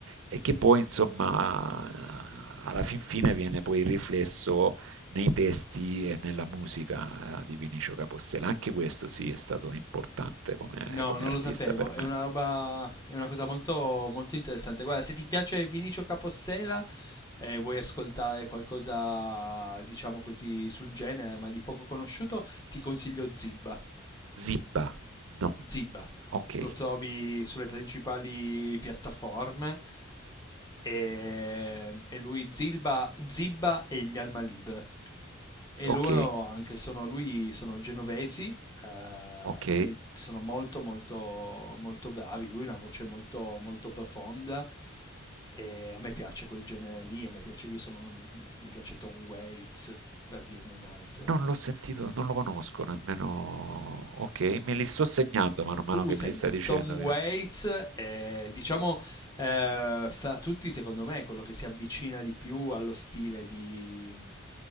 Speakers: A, on the right (about 70°); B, on the left (about 20°).
A: e che poi, insomma, alla fin fine viene poi riflesso nei testi e nella musica eh, di Vinicio Capostela. Anche questo sì è stato importante come,
B: No,
A: come
B: non
A: artista
B: lo sapevo,
A: per me.
B: è una roba, è una cosa molto, molto interessante. Guarda, se ti piace Vinicio Capossela e vuoi ascoltare qualcosa, diciamo così, sul genere, ma di poco conosciuto, ti consiglio Zibba.
A: Zibba, no,
B: Zib.
A: ok,
B: Lo trovi sulle principali piattaforme e, e lui Zilba, Zibba e gli Alma Libre. E
A: ok,
B: loro anche sono, lui, sono genovesi eh,
A: ok.
B: e sono molto molto molto bravi. Lui ha una voce molto molto profonda e a me piace quel genere lì, a me piace, io sono, un- mi piace Tom Waits per dirne un altro
A: Non l'ho sentito, non lo conosco nemmeno. Ok, me li sto segnando man mano
B: tu
A: che
B: segna
A: me li stai dicendo.
B: Tom Waits,
A: Che...
B: eh, diciamo eh, fra tutti secondo me è quello che si avvicina di più allo stile di,